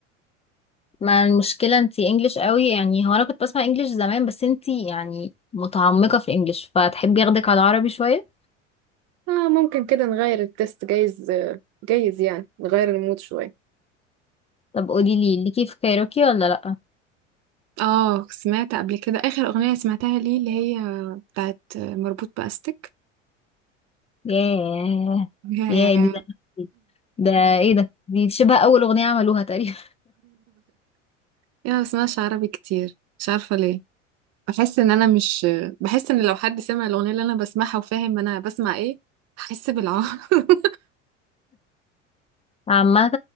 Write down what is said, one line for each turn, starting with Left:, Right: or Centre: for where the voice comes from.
Left: ما المشكلة انتي انجلش قوي يعني هو انا كنت بسمع انجلش زمان بس انتي يعني متعمقة في الانجلش فتحبي ياخدك على العربي شوية
Right: آه ممكن كده نغير التست جايز آه، جايز يعني نغير المود شوية
Left: طب قوليلي ليكي في كايروكي ولا لأ؟
Right: اه سمعت قبل كده آخر أغنية سمعتها ليه اللي هي بتاعت مربوط بأستك
Left: ياه
Right: <laughs>
Left: ياه دي زمان ده ايه ده دي شبه اول اغنية عملوها تقريبا
Right: يا ما بسمعش عربي كتير مش عارفة ليه بحس ان انا مش بحس ان لو حد سمع الاغنيه اللي انا بسمعها وفاهم انا بسمع ايه هحس بالعار <laughs>
Left: <laughs> عامة